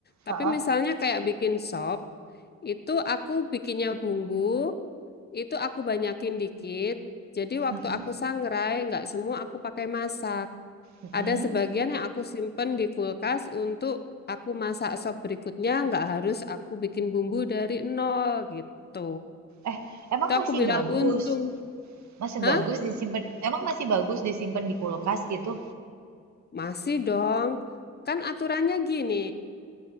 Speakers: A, on the left; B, on the right.
A: Tapi
B: Ha-ah.
A: misalnya kayak bikin sop, itu aku bikinnya bumbu, itu aku banyakin dikit. Jadi waktu
B: Mm-mm.
A: aku sangrai, nggak semua aku pakai masak.
B: Mm-mm.
A: Ada sebagian yang aku simpen di kulkas untuk aku masak sop berikutnya, nggak harus aku bikin bumbu dari nol gitu.
B: Eh, emang
A: Itu
B: masih
A: aku bilang
B: bagus?
A: untung.
B: Masih
A: Hah?
B: bagus disimpan? Emang masih bagus disimpan di kulkas gitu?
A: Masih dong. Kan aturannya gini,